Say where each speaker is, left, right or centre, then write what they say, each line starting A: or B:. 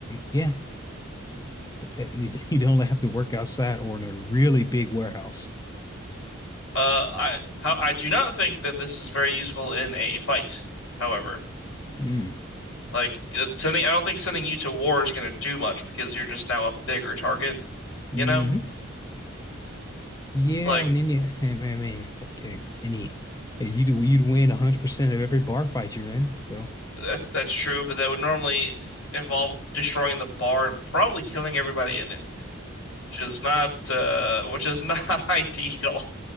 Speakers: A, on the left; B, on the left.
A: Yeah, but that, you <laughs> you don't have to work outside or in a really big warehouse.
B: Uh I how I do not think that this is very useful in a fight, however.
A: Mm.
B: Like uh, sending I don't think sending you to war is gonna do much because you're just now a bigger target,
A: hmm
B: you know?
A: Yeah,
B: It's like.
A: and then you, I mean, I mean, okay, any you'd you'd win 100% of every bar fight you're in. So.
B: That's that's true, but that would normally involve destroying the bar and probably killing everybody in it, which is not uh, which is not <laughs> ideal.